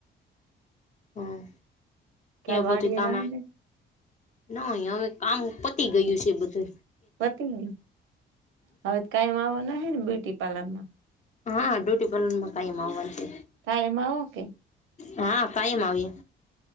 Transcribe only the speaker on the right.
કાલ
વાડીએ
જવાનું છે
પતી ગયું હવે કઈમ આવવા ના હ ને બ્યુટી પાર્લર મા
ક એમાં આવો કે